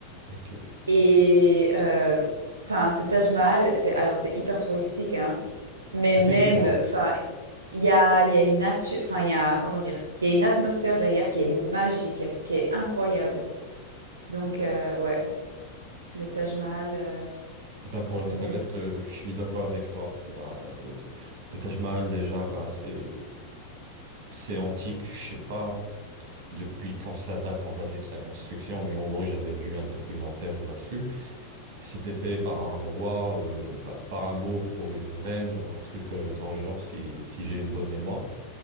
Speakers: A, on the right; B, on the right.
A: Ok.
B: et heu, enfin, ce Taj Mahal, c'est alors, c'est hyper touristique, hein, mais
A: Effectivement.
B: même, enfin, il y a il y a une nature enfin, il y a comment dire? Il y a une atmosphère derrière qui est magique, qui est incroyable. Donc heu, ouais, le Taj Mahal, heu,
A: Bah, pour être
B: n
A: honnête, euh, je suis d'accord avec toi. Bah, le, le Taj Mahal, déjà, bah, c'est, c'est antique. Je sais pas depuis quand ça date, on va dire, sa construction, mais en gros, j'avais vu un documentaire là-dessus. C'était fait par un roi, euh, bah, par amour pour une reine, un truc euh, dans le genre, si, si j'ai une bonne mémoire.